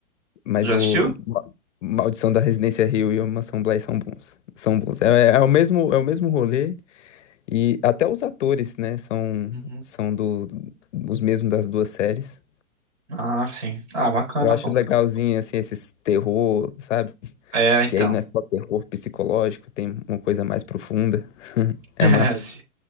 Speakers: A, on the left; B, on the right.
A: Mas
B: Já
A: o
B: assistiu?
A: Ma- Maldição da Residência Hill e a Mansão Bly são bons. São bons. É, é o mesmo, é o mesmo rolê. E até os atores, né, são,
B: Uhum.
A: são do, os mesmos das duas séries.
B: Ah, sim. Ah, bacana,
A: Eu acho
B: pô.
A: legalzinho, assim, esses terror, sabe?
B: É, então.
A: Que aí não é só terror psicológico, tem uma coisa mais profunda. É
B: <laughs>
A: massa.